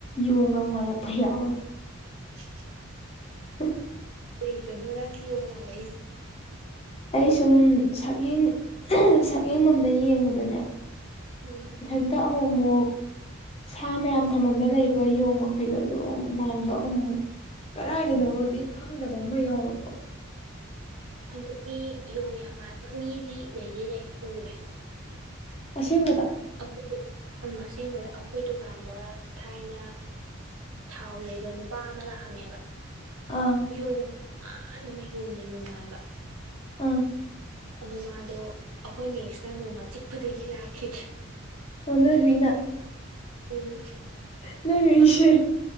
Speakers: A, on the left; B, on the right.
A: ꯌꯣꯡꯒ ꯃꯥꯜꯂꯛꯄ ꯌꯥꯎꯋꯦ꯫
B: ꯎ
A: ꯍ
B: <unintelligible> ꯅꯪꯅ ꯌꯣꯡ ꯃꯥꯜꯂꯛꯏꯁꯦ
A: ꯑꯩ ꯁꯨꯝ ꯁꯛꯌꯦꯡ ꯁꯛꯌꯦꯡ ꯃꯝꯗ ꯌꯦꯡꯕꯗꯅꯦ
B: ꯎꯝ
A: ꯏꯊꯟꯇ ꯑꯃꯨꯛꯃꯨꯛ ꯁꯥ ꯃꯌꯥꯝ ꯊꯝꯕꯝꯗ ꯂꯩꯕ ꯌꯣꯡ ꯃꯈꯩꯗꯣ ꯑꯗꯨ ꯑꯃꯨꯛ ꯃꯥꯟꯕ ꯑꯃꯨꯛ ꯀꯔꯥꯏꯗꯅꯣꯗꯤ ꯈꯪꯗꯕ ꯑꯃ ꯌꯥꯎꯔꯄ
B: ꯑꯗꯨꯗꯤ ꯌꯣꯡ ꯌꯥꯝ ꯃꯥꯟꯕ ꯃꯤꯗꯤ ꯂꯩꯗꯤ ꯂꯩ ꯎꯔꯦ
A: ꯑꯁꯦꯡꯕꯗ
B: ꯑꯩꯈꯣꯏ ꯎꯝ ꯑꯁꯦꯡꯕꯗ ꯑꯩꯈꯣꯏ ꯗꯨꯀꯥꯟꯗ ꯊꯥꯏꯅ ꯊꯥꯎ ꯂꯩꯕ ꯅꯨꯄꯥ ꯑꯃ ꯂꯥꯛꯑꯝꯃꯦꯕ꯫
A: ꯑꯥ
B: ꯌꯣꯡ ꯈꯨꯃꯃꯥꯟ ꯑꯃ ꯌꯣꯡꯗ ꯌꯣꯡ ꯃꯥꯟꯕ꯫
A: ꯑ
B: ꯑꯗꯨ ꯃꯥꯗꯣ ꯑꯩꯈꯣꯏ ꯃꯦꯛꯁꯅ ꯅꯣꯡꯃ ꯆꯤꯛꯄꯗꯒꯤ ꯂꯥꯛꯈꯤꯗ꯭ꯔꯦ꯫
A: ꯑꯣ ꯅꯣꯏ ꯍꯨꯏꯅꯥ
B: ꯎꯝ
A: ꯅꯣꯏ ꯍꯨꯏꯁꯦ